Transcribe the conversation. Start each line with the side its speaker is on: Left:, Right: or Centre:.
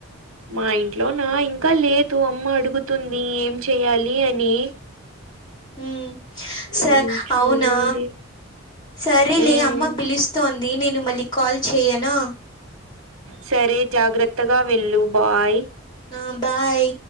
Right: మా ఇంట్లో నా ఇంకా లేదు అమ్మ అడుగుతుంది ఏం చెయ్యాలి అని
Left: మ్మ్ స
Right: ఉ చూడాలి
Left: అవునా సరేలే
Right: ఉమ్,
Left: అమ్మ పిలుస్తోంది నేను మళ్ళీ కాల్ చేయనా
Right: సరే జాగ్రత్తగా వెళ్ళు బాయ్
Left: ఆ బాయ్